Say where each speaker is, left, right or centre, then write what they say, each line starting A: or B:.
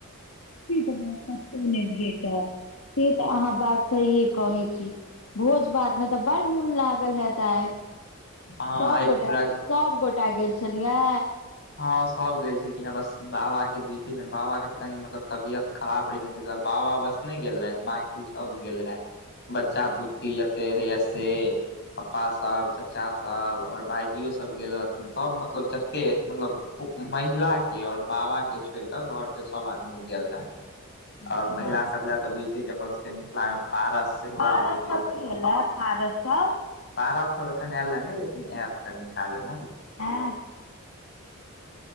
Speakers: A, on the left (about 80°); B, on the left (about 55°).
A: फ्रीज में कतौ नहि भेटत। से त अहाँ बात सहिे कहे छी भोज भात में तऽ बड़ मोन लाग। लल हेत आइ
B: अहाँ
A: सब
B: आइ
A: गोटा
B: पूरा
A: सब गोटा गेल छलियै।
B: हँ सभ गेल छलखिन हेँ बस। बाबा के बुझिते छ ने बाबा के तऽ कनि मतलब तबियत खराब रहै छै ने ता दुआर बाबा बस नहि गेल रहैथ। सब
A: हँ
B: गेल रहे बच्चा बुच्ची जते हेय से। पप्पासभ चाचासभ आओर भाायजियोसभ गेल रहथिन सभ मतलब जतेक मतलब। <unintelligible> में महिला के और बाबा के छोइड़ कऽ घर के सब आदमी गेल रहैथ।
A: अच्छा
B: और महिलाास सभ लै तऽ बुझिते छियै अपन सभके मिथिला मे पारस सेहो
A: पारस
B: आबै छै
A: सब
B: तऽ
A: नहि एलै पारस सब?
B: पारस सब एखन ऐलए नै लेकिन ऐत कनी कालमे
A: <unintelligible>